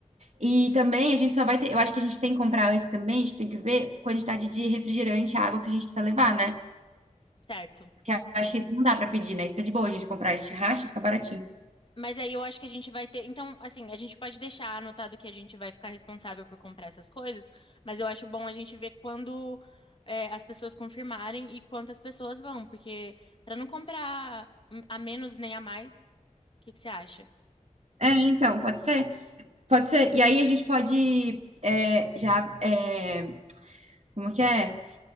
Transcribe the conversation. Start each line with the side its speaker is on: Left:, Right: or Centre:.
Right: E também a gente só vai ter, eu acho que a gente tem que comprar antes também, a gente tem que ver a quantidade de refrigerante, água que a gente precisa levar, né?
Left: certo.
Right: Porque eu acho que isso não dá pra pedir, né? Isso é de boa a gente comprar, a gente racha, fica baratinho.
Left: Mas aí eu acho que a gente vai ter. Então, assim, a gente pode deixar anotado que a gente vai ficar responsável por comprar essas coisas, mas eu acho bom a gente ver quando é, as pessoas confirmarem e quantas pessoas vão, porque para não comprar a menos nem a mais, o que que você acha?
Right: É, então, pode ser? Pode ser. E aí a gente pode é, já. É, Como que é?